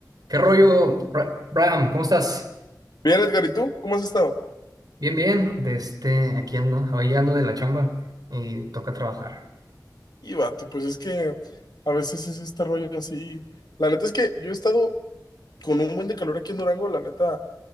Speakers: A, on the right (about 65°); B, on the left (about 70°).
A: ¿Qué rollo, Bra- Bram? ¿Cómo estás?
B: Bien, Edgar, ¿y tú? ¿Cómo has estado?
A: Bien, bien. De este, aquí ando, hoy ando de la chamba y toca trabajar.
B: Y vato, pues es que a veces es este rollo así. La neta es que yo he estado con un buen de calor aquí en Durango, la neta,